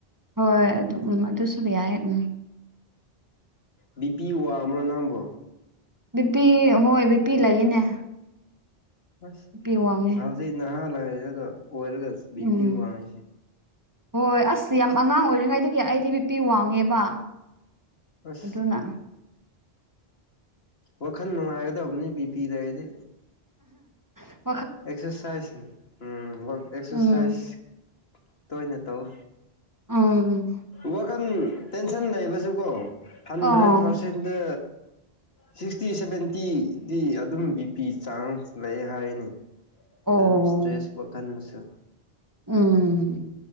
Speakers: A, on the right (about 20°); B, on the left (about 70°).
A: ꯍꯣꯏ ꯑꯗꯨꯝ ꯎꯝ ꯑꯗꯨꯁꯨ ꯌꯥꯏ ꯎꯝ
B: ꯕꯤꯄꯤ ꯋꯥꯡꯃꯔꯣ ꯅꯪꯕꯣ
A: ꯕꯤꯄꯤ ꯍꯣꯏ ꯕꯤꯄꯤ ꯂꯩꯌꯦꯅꯦ
B: ꯑꯁ
A: ꯕꯤꯄꯤ ꯋꯥꯡꯉꯦ
B: ꯍꯧꯖꯤꯛ ꯅꯍꯥꯟꯋꯥꯏꯔꯒ ꯑꯣꯏꯔꯒ ꯕꯤ
A: ꯎꯝ
B: ꯄꯤ ꯋꯥꯡꯉꯁꯤ
A: ꯍꯣꯏ ꯑꯁ ꯌꯥꯝ ꯑꯉꯥꯡ ꯑꯣꯏꯔꯤꯉꯩꯗꯒꯤ ꯑꯩꯗꯤ ꯕꯤꯄꯤ ꯋꯥꯡꯉꯦꯕ
B: ꯑꯁ
A: ꯑꯗꯨꯅ
B: ꯋꯥꯈꯜ ꯅꯨꯡꯉꯥꯏꯒ ꯇꯥꯝꯅꯤ ꯕꯤ ꯄꯤ ꯂꯩꯔꯗꯤ
A: ꯑ
B: ꯑꯦꯛꯁꯔꯁꯥꯏꯁ ꯋ ꯑꯦꯛꯁꯔꯁꯥꯏꯁ
A: ꯎꯝ
B: ꯇꯣꯏꯅ ꯇꯧ
A: ꯎꯝ
B: ꯋꯥꯈꯜ ꯇꯦꯟꯁꯟ ꯂꯩꯕꯁꯨꯀꯣ ꯍꯟꯗ꯭ꯔꯦꯠ
A: ꯑꯣ
B: ꯄꯥꯔꯁꯦꯟꯗ ꯁꯤꯛꯁꯇꯤ ꯁꯚꯦꯟꯇꯤꯗꯤ ꯑꯗꯨꯝ ꯕꯤ ꯄꯤ ꯆꯥꯡꯁ ꯂꯩ ꯍꯥꯏꯌꯦꯅꯦ
A: ꯑꯣ
B: ꯑꯗꯨꯝ ꯁꯇ꯭ꯔꯦꯁ ꯋꯥꯈꯟꯗꯁꯨ
A: ꯎꯝ